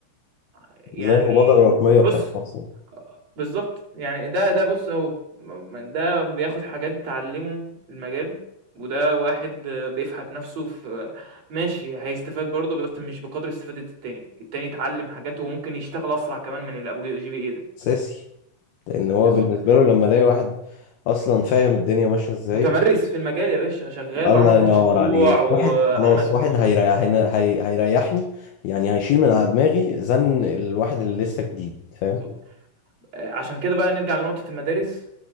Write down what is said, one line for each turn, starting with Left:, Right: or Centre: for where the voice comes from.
Right: يعني
Left: زي المبادره الرقميه
Right: بُص
Left: بتاعت مصر
Right: آه. بالضبط، يعني ده ده بُص أهو م ده بياخد حاجات تعلّمه المجال، وده واحد آه، بيفحت نَفْسه في ماشي هيستفاد برضه بس مش بقدر استفادة التاني، التاني اتعلّم حاجات وممكن يشتغل أسرع كمان من اللي أبو GPA ده.
Left: اساسي لان هو
Right: بالضبط،
Left: بالنسبه له لما الاقي واحد اصلا فاهم الدنيا ماشيه ازاي
Right: متمرّس في المجال يا باشا، شغّال
Left: الله
Right: وعمل
Left: ينور
Right: مشروع
Left: عليك
Right: وعمل
Left: واحد خلاص
Right: الدنيا،
Left: واحد هيريح هينا- هي... هيريحني يعني هيشيل من على دماغي زن الواحد اللي لسه جديد فاهم
Right: بالضبط، آآ عشان كده بقى نرجع لنقطة المدارس